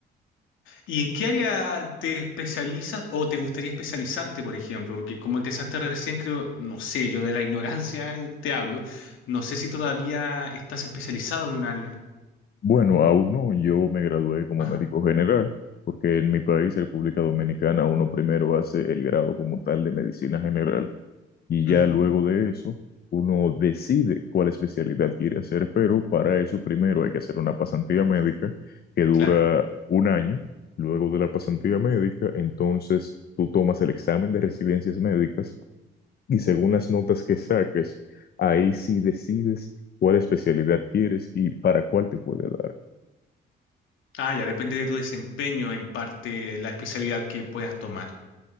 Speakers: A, on the left; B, on the left.
A: ¿Y en qué área te especializas o te gustaría especializarte, por ejemplo? Porque como empezaste recién, creo, no sé, yo de la ignorancia te hablo, no sé si todavía estás especializado en un área.
B: Bueno, aún no, yo me gradué como
A: Ajá.
B: médico general, porque en mi país, República Dominicana, uno primero hace el grado como tal de medicina general y ya
A: ujú,
B: luego de eso uno decide cuál especialidad quiere hacer, pero para eso primero hay que hacer una pasantía médica que dura
A: Claro.
B: un año. Luego de la pasantía médica, entonces tú tomas el examen de residencias médicas y según las notas que saques, ahí sí decides cuál especialidad quieres y para cuál te puede dar.
A: Ah, ya depende de tu desempeño, en parte, la especialidad que puedas tomar.